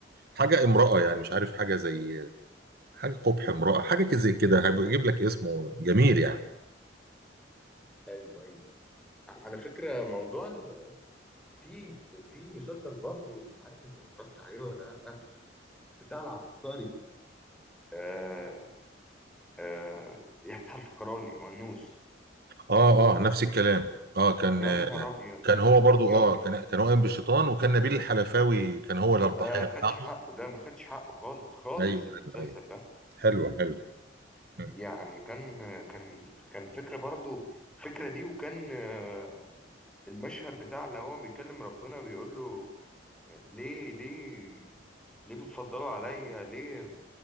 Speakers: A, on the right; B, in the centre.
A: حاجه امراه يعني مش عارف حاجه زي حاجه قبح امراه حاجه زي كده هجيب لك اسمه جميل يعني
B: ايوه ايوه على فكره موضوع ال... في في مسلسل برضه مش عارف انت اتفرجت عليه ولا لا بتاع العبقري آه آه يحيى الفخراني والنوس
A: اه اه نفس الكلام اه كان
B: يا نهار ابيض
A: كان هو برضو
B: يا
A: اه
B: نهار
A: كان كان هو قايم بالشيطان وكان نبيل الحلفاوي كان هو الضحيه
B: ما خدش
A: بتاعته
B: حقه ده ما خدش حقه خالص خالص
A: ايوه
B: المسلسل
A: ايوه ايوه
B: ده
A: حلوه حلوه مم.
B: يعني كان كان كان فكره برضه الفكره دي وكان آه، المشهد بتاع لو هو بيكلم ربنا بيقول له ليه ليه ليه بتفضلوا عليا ليه أنا-